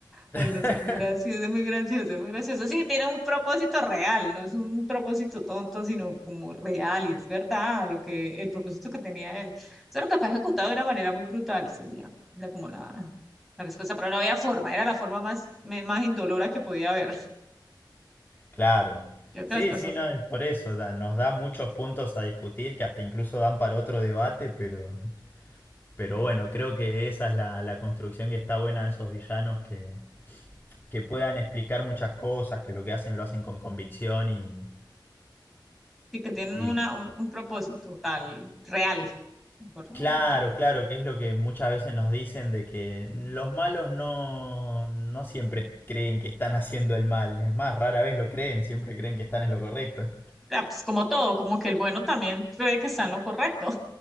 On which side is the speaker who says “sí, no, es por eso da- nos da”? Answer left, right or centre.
Left